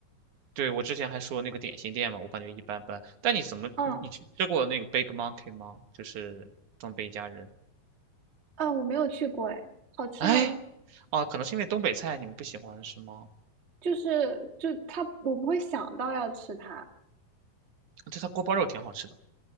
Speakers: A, on the right (about 65°); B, on the right (about 35°).
A: 对，我之前还说那个点心店嘛，我感觉一般般。但你怎么，
B: 嗯，
A: 你你去吃过那个 Big Monkey 吗？就是东北一家人。
B: 啊，我没有去过，哎，好吃吗？
A: 哎，哦，可能是因为东北菜你们不喜欢是吗？
B: 就是就它，我不会想到要吃它。
A: 对，它锅包肉挺好吃的。